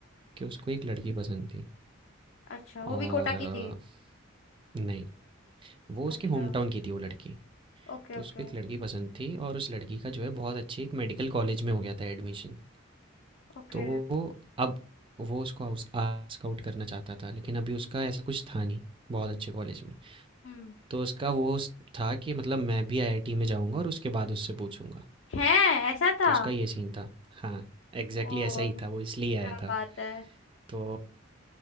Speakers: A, on the right; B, on the left.
A: कि उसको एक लड़की पसंद थी
B: अच्छा वो
A: और
B: भी कोटा
A: अ,
B: की थी
A: नहीं वो उसके
B: अच्छा
A: होम टाउन की थी वो लड़की
B: Okay
A: तो
B: okay
A: उसको एक लड़की पसंद थी और उस लड़की का जो है बहुत अच्छी एक मेडिकल कॉलेज में हो गया था एडमिशन
B: ओके
A: तो अब वो उसको आउस- आउट आउट करना चाहता था लेकिन अभी उसका ऐसा कुछ था नहीं बहुत अच्छे कॉलेज में
B: हम्म
A: तो उसका वो स- था कि मतलब मैं भी आईआईटी में जाऊंगा और उसके बाद उससे पूछूंगा
B: है ऐसा था
A: तो उसका ये सीन था हाँ एग्जैक्टली
B: ओ
A: ऐसा ही था वो इसलिए आया
B: क्या
A: था
B: बात है
A: तो